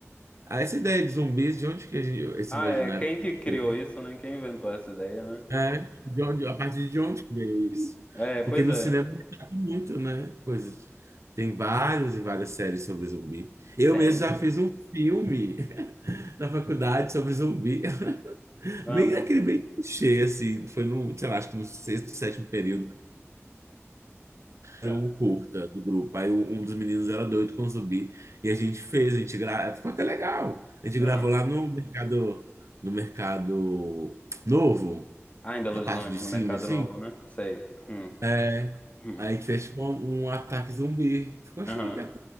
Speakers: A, on the right; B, on the left.
A: Ah, essa ideia de zumbis, de onde que a gente- esse
B: Ah,
A: imaginário
B: é, quem
A: que
B: que
A: a gente
B: criou
A: criou?
B: isso, né? Quem inventou essa ideia, né?
A: É, de onde, a partir de onde que veio isso?
B: É, é, pois
A: Porque no
B: é.
A: cinema tá muito, né? Coisas. Tem vários e várias séries sobre zumbi. Eu
B: Tem.
A: mesmo já fiz um filme <laughs> na faculdade sobre zumbi. <laughs>
B: Amo.
A: Bem aquele bem clichê, assim. Foi no, sei lá, acho que no sexto, sétimo período.
B: É,
A: um curta do grupo. Aí o- um dos meninos era doido com zumbi e a gente fez, a gente gra... ficou até legal. A gente
B: aham.
A: gravou lá no mercado, no mercado novo,
B: Ah, em Belo
A: na
B: Horizonte,
A: parte de cima,
B: no Mercado
A: assim.
B: Novo, né? Sei. Hum,
A: né?
B: hum,
A: Aí a gente fez tipo um, um ataque zumbi. Ficou
B: Aham.
A: chique até.